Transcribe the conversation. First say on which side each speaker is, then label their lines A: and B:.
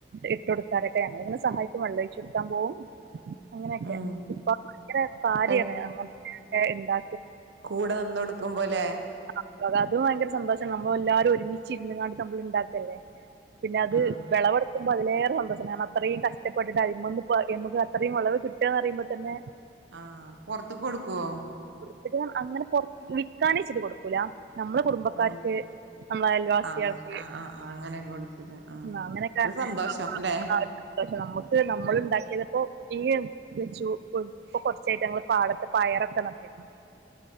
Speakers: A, on the right; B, on the right.
A: ഇട്ട് കൊടുക്കനൊക്കെ ഞങ്ങൾ ഇങ്ങനെ സഹായിക്കും വെള്ളം ഒഴിച്ചടുക്കാൻ പോവും അങ്ങനെക്കെ
B: ഉം
A: ഇപ്പ ഭയങ്കര <unintelligible>
B: ക
A: എന്താ
B: കൂടെ നിന്ന് കൊടുക്കുമ്പോലെ
A: അ അതും ഭയങ്കര സന്തോഷം നമ്മൾ എല്ലാരും ഒരുമിച് ഇരുന്നാണ്ട് നമ്മൾണ്ടാ അല്ലെ പിന്നെ അത്
B: ആഹ്
A: വെളവെടുക്കുമ്പോ അതിലെ സന്തോഷം മാം അത്രയും കഷ്ടപ്പെട്ടിട്ട് അതിമന്ന് എമുക്ക് അത്രയും ഉളവ് കിട്ടുകന്ന് പറയുമ്പോ തന്നെ
B: ആ പൊറത്ക്ക് കൊടുക്കുവോ
A: <unintelligible> അങ്ങനെ പെറത്ത് വിൽക്കാനേച്ചിട്ട കൊടുക്കൂല നമ്മളെ കുടുംബക്കാരിക്ക്
B: നമു
A: നമ്മളെ അയൽവാസികൾക്ക്
B: ആഹ് അങ്ങനെ ആഹ് ആഹ് ആഹ് അങ്ങനെയൊക്കെ കൊടുക്കൂലേ ആഹ്
A: മ്അ അങ്ങനെയൊക്കെ
B: ഒരു സന്തോഷം
A: <unintelligible>
B: അല്ലെ
A: നമ്മുക്ക് നമ്മൾ ഉണ്ടാക്കിയതിപ്പോ <unintelligible> ഇപ്പൊ കൊറച്ചായിട്ട് ഞങ്ങള് പാടത്ത് പയറൊക്കെ നട്ടിരുന്നു